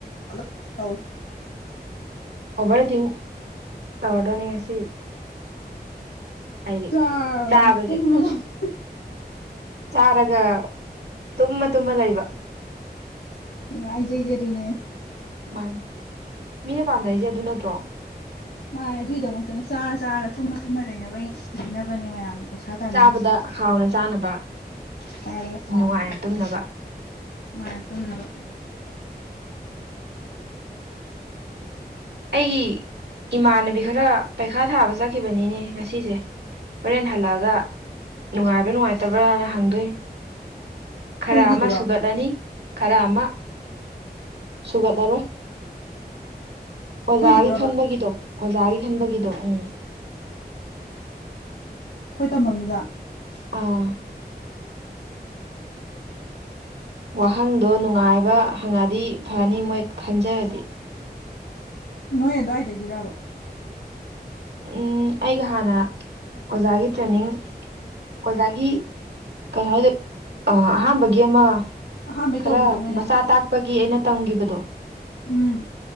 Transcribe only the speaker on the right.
ꯑꯣꯕꯔ ꯑꯛꯇꯤꯡ ꯇꯧꯔꯗꯅꯤ ꯉꯁꯤ ꯑꯩꯗꯤ
ꯆꯥꯕꯁꯦ
ꯆꯥꯔꯒ ꯇꯨꯝꯃ ꯇꯨꯝꯃ ꯂꯩꯕ
ꯃꯥꯅꯦ ꯃꯤꯅ ꯄꯥꯝꯅꯔꯤꯁꯦ ꯑꯗꯨ ꯅꯠꯇ꯭ꯔꯣ
ꯆꯥꯕꯗ ꯍꯥꯎꯅ ꯆꯥꯅꯕ
ꯅꯨꯡꯉꯥꯏꯅ
ꯇꯨꯝꯅꯕ
ꯑꯩꯒꯤ ꯏꯃꯥꯟꯅꯕꯤ ꯈꯔ ꯄꯩꯈꯥ ꯊꯥꯕ ꯆꯠꯈꯤꯕꯅꯤꯅꯦ ꯉꯁꯤꯁꯦ ꯍꯣꯔꯦꯟ ꯍꯜꯂꯛꯑꯒ ꯅꯨꯡꯉꯥꯏꯕ꯭ꯔꯥ ꯅꯨꯡꯉꯥꯏꯇꯕ꯭ꯔꯅ ꯍꯪꯗꯣꯏꯅꯤ
ꯈꯔ ꯑꯃ ꯁꯨꯒꯠꯂꯅꯤ ꯈꯔ ꯑꯃ ꯁꯨꯒꯠꯂꯔꯣꯏ
ꯑꯣꯖꯥꯒꯤ ꯈꯟꯕꯒꯤꯗꯣ ꯑꯣꯖꯥꯒꯤ ꯈꯟꯕꯒꯤꯗꯣ ꯎꯝ
ꯑꯥ ꯋꯥꯍꯪꯗꯣ ꯅꯨꯡꯉꯥꯏꯕ ꯍꯪꯉꯗꯤ ꯐꯅꯤ ꯃꯣꯏ ꯈꯟꯖꯔꯗꯤ
ꯎꯝ ꯑꯩꯒ ꯍꯥꯟꯅ ꯑꯣꯖꯥꯒꯤ ꯇ꯭ꯔꯦꯅꯤꯡ ꯑꯣꯖꯥꯒꯤ ꯀꯩ ꯍꯥꯏꯗꯣꯏ ꯑꯍꯥꯥꯟꯕꯒꯤ ꯑꯃ
ꯈꯔ
ꯃꯆꯥ ꯇꯥꯛꯄꯒꯤ ꯑꯩꯅ ꯇꯝꯈꯤꯕꯗꯣ